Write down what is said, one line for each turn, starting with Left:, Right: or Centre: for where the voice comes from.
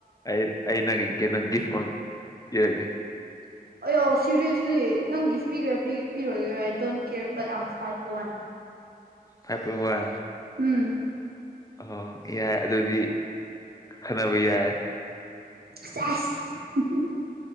Left: ꯑꯩ ꯑꯩ ꯅꯪꯒꯤ ꯀꯩꯅꯣ ꯒꯤꯐ ꯑꯃ ꯄꯤꯔꯛꯅꯤ
Right: ꯑꯩꯌꯥ ꯁꯦꯔꯤꯌꯁꯂꯤ ꯅꯪ ꯒꯤꯐ ꯄꯤꯒꯦꯔꯥ ꯄꯤꯔꯣꯏꯔꯥ don't care but I am five one
Left: five point one
Right: um
Left: ꯑꯣ ꯌꯥꯏ ꯑꯗꯨꯗꯤ ꯈꯟꯅꯕ ꯌꯥꯏ
Right: <unintelligible>